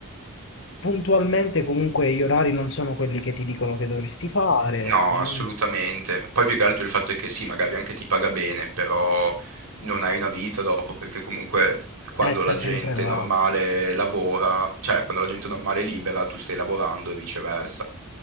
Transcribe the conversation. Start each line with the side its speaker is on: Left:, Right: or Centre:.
Left: puntualmente comunque gli orari non sono quelli che ti dicono che dovresti fare.
Right: No,
Left: Mm.
Right: assolutamente. Poi più che altro il fatto è che sì, magari anche ti paga bene, però non hai una vita dopo, perché comunque quando
Left: Eh, stai
Right: la
Left: sempre
Right: gente
Left: là.
Right: normale lavora, cioè quando la gente normale è libera, tu stai lavorando e viceversa.